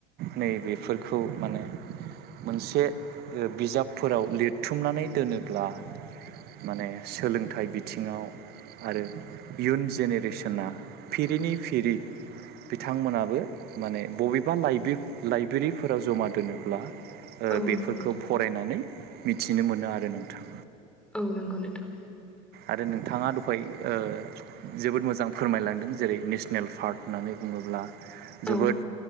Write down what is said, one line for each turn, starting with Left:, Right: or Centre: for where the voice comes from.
Right: नै बेफोरखौ माने मोनसे ओ बिजाबफोराव लिरथुमनानै दोनोब्ला माने सोलोंथाइ बि थिङाव आरो इयुन जेनेरेसोना फिरिनि फिरै बिथांमोनाबो माने बबेबा लाइबि-लाइब्रेरिफोराव जमा दोनोब्ला ओ
Centre: औ
Right: बेफोरखौ
Centre: नंगौ नोंथां
Right: फरायनानै मिथिनो मोनो आरो नोंथां।
Centre: औ नोंगौ नोंथां।
Right: आरो नोंथाङा दहाय ओ जोबोद मोजां फोरमायलांदों जेरै नेसनेल पार्क होननानै बुङोब्ला जोबोद
Centre: औ